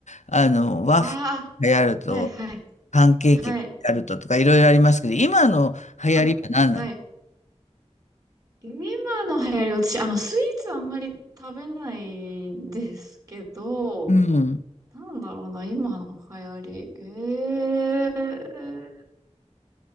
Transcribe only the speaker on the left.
あの、ワッフルが流行ると、
パンケーキが流行るととか、
いろいろありますけど、今の流行りは何なんですか
うん。